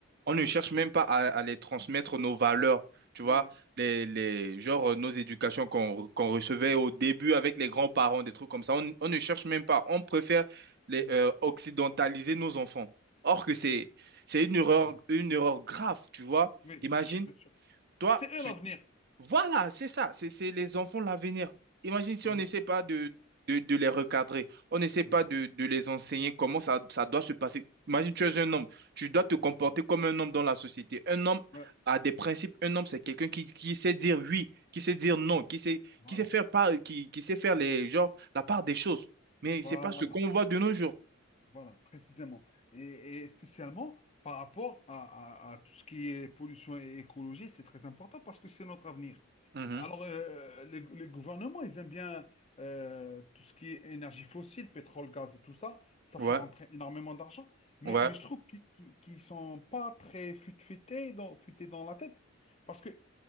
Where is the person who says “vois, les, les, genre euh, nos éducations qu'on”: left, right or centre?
Right